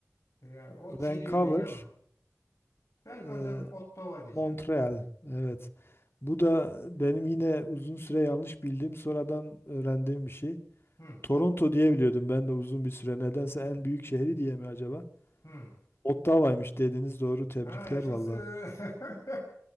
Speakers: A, on the left (about 85°); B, on the left (about 50°).
A: E, o
B: Vancouver,
A: çeliyor beni ama. Ben
B: e,
A: de hocam Ottawa diyeceğim.
B: Montreal. Evet. Bu da benim yine uzun süre yanlış bildiğim, sonradan öğrendiğim bir şey.
A: Hı,
B: Toronto diye biliyordum ben de uzun bir süre. Nedense en büyük şehri diye mi acaba?
A: hı.
B: Ottawa'ymış dediniz doğru. Tebrikler
A: Ha yaşasın.
B: valla.
A: <laughs>